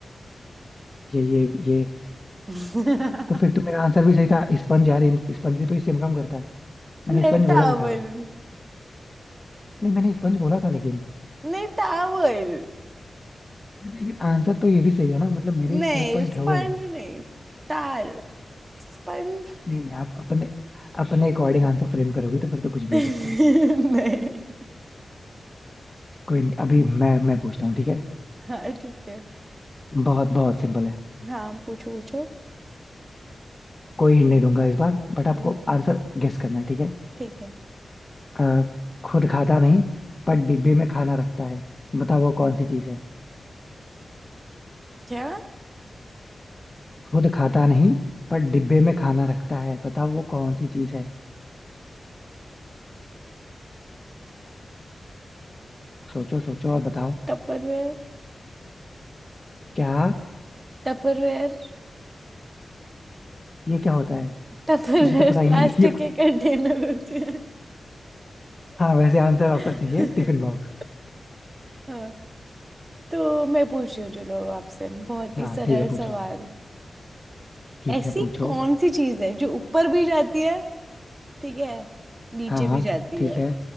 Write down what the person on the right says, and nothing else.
<laughs>
नहीं
टावल
नहीं टावल
नहीं
स्पंज
नहीं तार स्पंज
<laughs> नहीं
हाँ ठीक है
हाँ पूछो पूछो
हम्म,
ठीक है
क्या
टपरवेयर
टपरवेयर
टपरवेयर
प्लास्टिक
<laughs> के कंटेनर होते हैं
<laughs>
हाँ तो मैं पूछ रही हूँ चलो अब आपसे बहुत
ही सरल
सवाल
ऐसी
कौन सी चीज है जो ऊपर भी जाती है ठीक है नीचे
भी
जाती
है